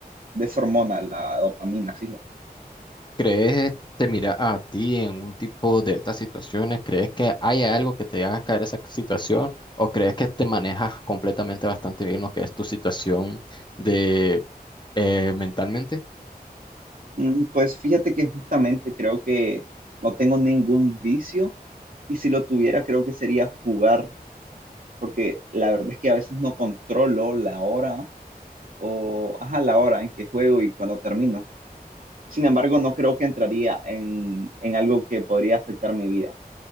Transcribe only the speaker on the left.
¿Crees, te mira a ti en un tipo de estas situaciones? ¿Crees que hay algo que te haga caer esa situación? ¿O crees que te manejas completamente bastante bien lo que es tu situación de eh, mentalmente?